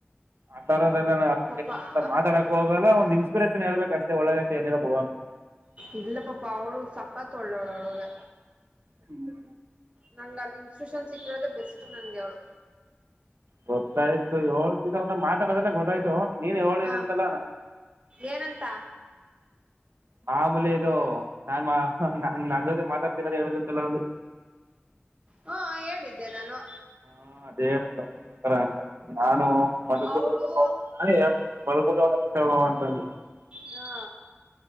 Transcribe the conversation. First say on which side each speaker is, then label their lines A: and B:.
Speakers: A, on the right (about 80°); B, on the right (about 30°).
A: ಆ ತರ ಆತರ ಆಗ
B: ಪಾಪ
A: ಈಗಾ ಮಾತಾಡಕ ಹೋಗಲ್ಲ ಒಂದು ಇನ್ಸಪಿರಷನ್ ಹೇಳ್ಬೇಕು ಅಷ್ಟೇ ಒಳ್ಳೆದೈ ಆಯ್ತದೆ ಏನಿಲ್ಲ ಬಿಡು ಅಂತ
B: ಇಲ್ಲ ಪಾಪ ಅವಳು ಸಕ್ಕಾತ್ತು ಒಳ್ಳೆ ಅವಳ ಅವಳಂದ
A: ಹ್ಮ
B: ನಂಗ ಅಲ್ಲಿ ಇನ್ಸ್ಟಿಟ್ಯೂಷನ್ ಸಿಕ್ಕಿರೋದ ಬೆಸ್ಟ್ ನಂಗೆ ಅವ್ಳು
A: ಗೊತ್ತಾಯ್ತು ಹಳ್ ಮಾತಾಡದಲ್ಲೇ ಗೊತ್ತಾಯ್ತು <unintelligible> ನೀನ್ ಹೇಳಿದೆ
B: ಹ
A: ಅಂತಲ್ಲ
B: ಏನಂತ
A: ಮಾಮೂಲಿ ಇದು ನಾನ್ ಮಾ ನನ್ ನನ್ ಜೊತೆ ಮಾತಾಡ್ತಿರೋದ ಹೇಳುದು <unintelligible>
B: ಹ್ಮ ಹೇಳಿದ್ದೆ ನಾನು
A: ಹ ಹೇಳದು ಆತರ ಅಂತ ನಾನು ಮಲಗತಿರ್ಬೇಕ
B: ಅವಳು
A: ಮಲ್ತವ ಅಂತ ಅಂದೆ
B: ಹಾ